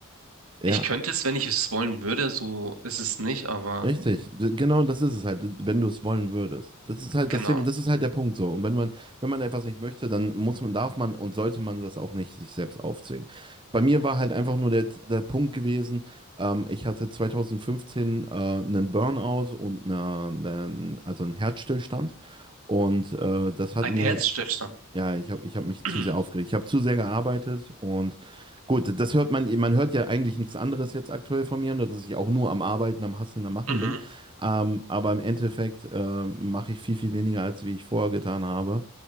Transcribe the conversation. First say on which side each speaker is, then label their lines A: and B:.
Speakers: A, on the right (about 25°); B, on the right (about 90°).
A: Ja,
B: Ich könnte es, wenn ich es wollen würde, so ist es nicht, aber
A: Richtig, D- genau das ist es halt, wenn du es wollen würdest. Das ist halt
B: genau.
A: das Thema, das ist halt der Punkt so. Und wenn man, wenn man etwas nicht möchte, dann muss man, darf man und sollte man das auch nicht sich selbst aufzwingen. Bei mir war halt einfach nur der, der Punkt gewesen, ähm, ich hatte 2015 äh, einen Burnout und eine, eine, also einen Herzstillstand. Und äh, das hat
B: Ein
A: mir
B: Herzstillstand.
A: ja, ich habe ich hab mich
B: <clears throat>
A: zu sehr aufgeregt. Ich habe zu sehr gearbeitet und gut, das hört man, man hört ja eigentlich nichts anderes jetzt aktuell von mir, dass ich auch nur am Arbeiten, am Hasseln, am Machen
B: Mhm.
A: bin. Ähm, aber im Endeffekt ähm, mache ich viel, viel weniger, als wie ich vorher getan habe.